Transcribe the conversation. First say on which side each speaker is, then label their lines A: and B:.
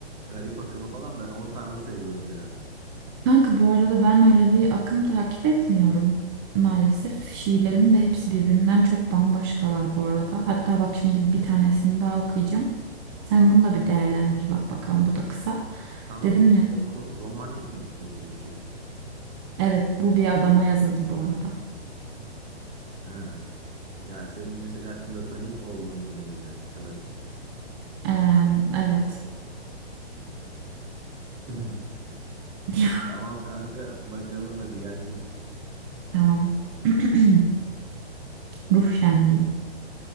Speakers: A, on the right; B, on the right.
A: garip akımı falan ben o tarzı seviyorum biraz.
B: Kanka bu arada ben öyle bir akım takip etmiyorum maalesef. Şiirlerim de hepsi birbirinden çok bambaşkalar bu arada. Hatta bak şimdi bir tanesini daha okuyacağım. Sen bunu da bir değerlendir bak bakalım bu da kısa.
A: Tamam
B: Dedim ya
A: oku. Romantik mi peki bu şiir?
B: evet bu bir adama yazıldı bu arada.
A: Ha. Ya senin mesela platonik olduğun biri mi yani klasik?
B: Eee, evet
A: <laughs>
B: <laughs>
A: Tamam kanka bakalım hadi gelsin.
B: tamam. <clears throat> Ruh şenliği.